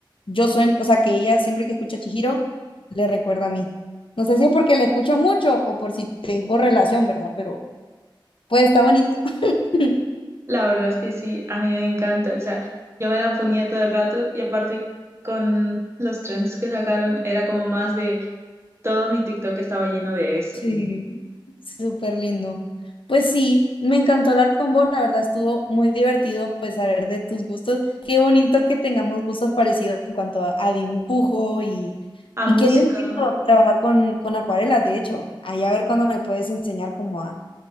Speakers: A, on the left; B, on the right.
A: yo sueno, o sea, que ella siempre que escucha a Chihiro, le recuerda a mí. No sé si es porque la escucho mucho o por si tengo relación, ¿verdad? Pero pues está bonito. <laughs>
B: La verdad es que sí, a mí me encanta. O sea, yo me la ponía todo el rato y aparte con los trends que sacaron era como más de todo mi TikTok estaba lleno de eso.
A: Sí, súper lindo. Pues sí, me encantó hablar con vos, la verdad estuvo muy divertido pues saber de tus gustos. Qué bonito que tengamos gustos parecidos en cuanto a, a dibujo y,
B: A
A: y
B: música,
A: qué divertido trabajar con, con acuarelas, de hecho. Ahí a ver cuándo me puedes enseñar cómo a,